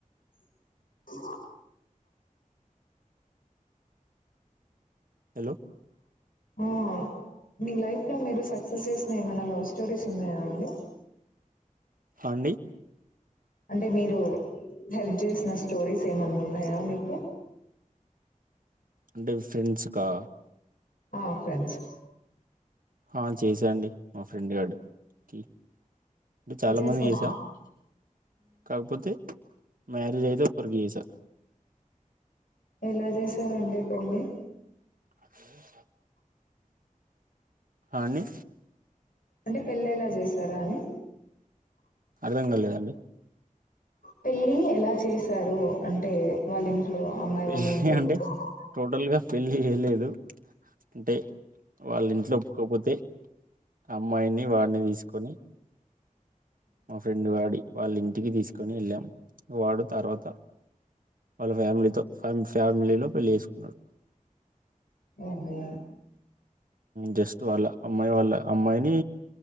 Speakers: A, on the left; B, on the right.
A: <unintelligible>
B: హలో
A: ఉమ్ మీ లైఫ్ లో మీరు సక్సెస్ చేసిన ఏమైనా లవ్ స్టోరీస్ ఉన్నాయా అండి
B: అండి
A: అంటే మీరు హెల్ప్ జేసిన స్టోరీస్ ఏమన్న ఉన్నాయా మీకు
B: అంటే ఫ్రెండ్స్ కా
A: ఆ ఫ్రెండ్స్
B: ఆ చేసా అండి మా ఫ్రెండ్ గాడు కి
A: ఎలా
B: చాలా
A: చేశారు
B: మందికి చేసా కాకపోతే మ్యారేజ్ అయితే ఒక్కరికి చేసా
A: ఎలా జేసారండి పెళ్ళి
B: సష్ ఆండీ
A: అంటే పెళ్ళి ఎలా జేసారా అని
B: నిజంగ లేదండి
A: పెళ్ళి ఎలా చేశారు. అంటే వాళ్ళ ఇంట్ ట్లో అమ్మాయి
B: పెళ్ళి
A: వాళ్ళ ఇంట్లో ఒప్పుకున్నారా
B: అంటే టోటల్ గా పెళ్ళి జేయ లేదు. అంటే వాళ్ళ ఇంట్లో ఒప్పుకోకపోతే అమ్మాయిని వాడ్ని తీసుకొని మ ఫ్రెండ్ వాడి వాళ్ళింటికి తీసు కోని వెళ్లం. వాడు తర్వత వాళ్ళ ఫ్యామిలితో ఫ్యా ఫ్యామిలీలో పెళ్ళి జేసుకున్నారు.
A: ఆహా
B: జస్ట్ వాళ్ళ అమ్మాయి వాళ్ళ అమ్మాయిని